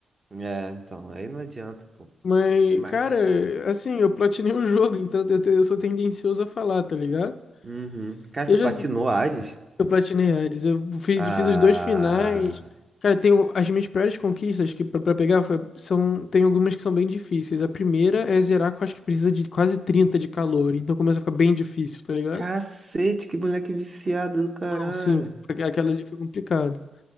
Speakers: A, on the right; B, on the left.
A: É, então, aí não adianta, pô.
B: Mas,
A: Mas.
B: cara, assim, eu platinei o jogo, então eu, te- eu sou tendencioso a falar, tá ligado?
A: Uhum. Cara,
B: Eu
A: você platinou
B: já
A: Hades?
B: eu platinei Hades, eu fiz,
A: Ah.
B: fiz os dois finais. Cara, tenho as minhas piores conquistas que pra pra pegar foi- são tem algumas que são bem difíceis. A primeira é zerar, que eu acho que precisa de quase 30 de calor, então começa a ficar bem difícil, tá ligado?
A: Cacete, que moleque viciado do caralho.
B: Sim, aquela ali foi complicado.